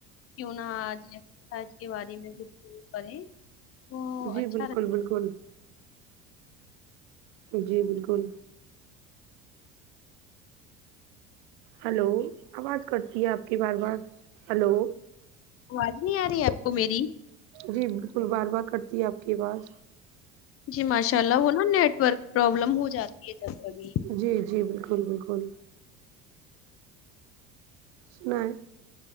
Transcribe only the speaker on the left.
کیوں نہ آج تسٹڈے والے میں شروع کریں تو
اچھا
رہے
آواز نہیں آ رہی ہے آپ کو میری
جی ماشاء اللہ وہ نا نیٹ ورک پروابلم ہو جاتی ہے جب ابھی